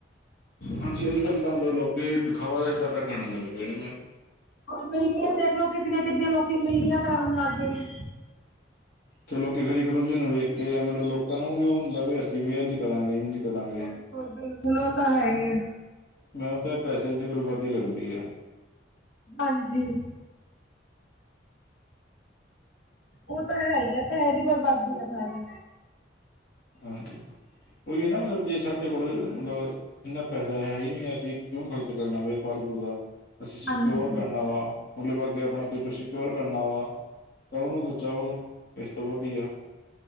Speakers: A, on the left; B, on the left.
A: ਹਾਂਜੀ ਅੱਜ-ਕੱਲ ਤਾਂ ਦੇ ਲੋਕੀ ਦਿਖਾਵਾ ਜਿਆਦਾ ਗ ਖਾਣ ਲੱਗ ਪੇ ਨੇ ਮੈਂ।
B: ਮਿਲਣੀਆਂ ਦੇਖਲੋ ਕਿਤਨੀਆ-ਕਿਤਨੀਆਂ ਲੋਕੀਂ ਮਿਲਣੀਆਂ ਕਰਾਨ ਲਾਗੇ ਨੇ।
A: ਚਲੋ ਕਿ ਇੱਕ-ਦੂਜੇ ਨੂੰ ਵੇਖ ਕੇ ਮਤਲਬ ਲੋਕਾਂ ਨੂੰ ਵੀ ਓ ਹੁੰਦਾ ਵੀ ਅਸੀਂ ਵੀ ਇੰਝ ਕਰਾਂਗੇ ਇੰਝ ਕਰਾਂਗੇ।
B: ਬਿਲਕੁੱਲ-ਬਿਲਕੁੱਲ ਓ ਤਾਂ ਹੈਈ ਐ।
A: ਮੈਨੂੰ ਤਾਂ ਏ ਪੈਸੇ ਦੀ ਬਰਬਾਦੀ ਲੱਗਦੀ ਐ।
B: ਹਾਂਜੀ। ਓ ਤਾਂ ਹੈ ਈ ਐ ਪੈਹੇ ਦੀ ਬਰਬਾਦੀ ਆ ਸਾਰੀ।
A: ਹਾਂਜੀ, ਉਈ ਏ ਨਾ ਮਤਲਬ ਜੇ ਸਾਡੇ ਕੋਲ ਮਤਲਬ ਇੰਨਾ ਪੈਸਾ ਹੈਈ ਨੀ ਅਸੀਂ ਕਿਉਂ ਖ਼ਰਚ ਕਰਨਾ ਵੇ ਫਾਲਤੂ ਦਾ, ਅਸੀਂ ਸਿਕਿਓਰ
B: ਹਾਂਜੀ।
A: ਕਰਨਾ ਵਾ। ਮਤਲਬ ਅੱਗੇ ਆਪਣਾ ਫਿਊਚਰ ਸਿਕਿਓਰ ਕਰਨਾ ਵਾ, ਤਾਂ ਉਨੂੰ ਬਚਾਓ ਇਸ ਤੋਂ ਵਧੀਆ।